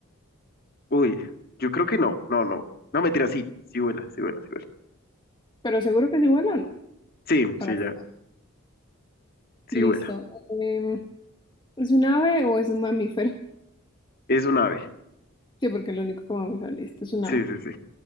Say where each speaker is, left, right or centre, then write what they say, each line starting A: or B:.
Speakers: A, on the left; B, on the left.
A: Uy, yo creo que no, no, no. No, mentira, sí, sí vuela, sí vuela, sí vuela.
B: Pero seguro que sí vuela o no,
A: Sí,
B: para
A: sí,
B: estar.
A: ya, sí
B: Listo.
A: vuela.
B: Em, ¿es un ave o es un mamífero? <laughs>
A: Es un ave.
B: Sí, porque el único mamífero, listo, es un
A: Sí,
B: ave.
A: sí, sí.